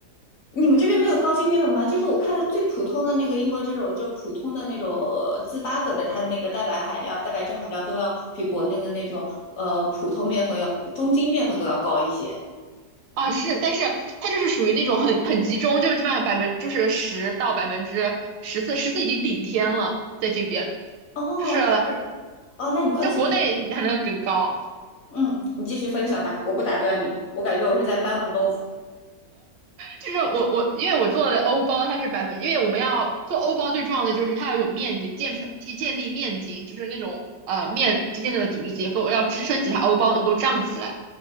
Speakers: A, on the left; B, on the right.
A: 你们这边没有高筋面粉吗？就是我看的最普通的那个英国这种，就普通的那种呃自发粉的，它的那个蛋白含量、蛋白质含量都要比国内的那种呃普通面粉要中筋面粉都要高一些。
B: 啊，是，但是它就是属于那种很很集中，就是基本上百分就是十到百分之十四，十四已经顶天了，在这边
A: 哦，
B: 就是
A: 是哦，那你快继续说，
B: 就国内含量更高。
A: 嗯，你继续分享吧，我不打断你，我感觉我是在班门弄斧。
B: 就是我我因为我做的欧包它是百分，因为我们要做欧包最重要的就是它要有面筋，建成建立面筋，就是那种呃面之间的组织结构要支撑起它欧包能够胀起来。